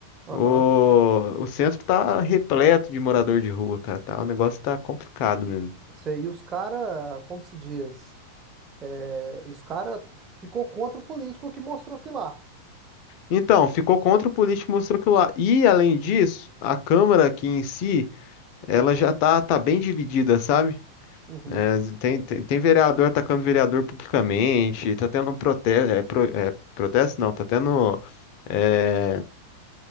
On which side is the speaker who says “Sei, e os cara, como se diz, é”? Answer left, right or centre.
Right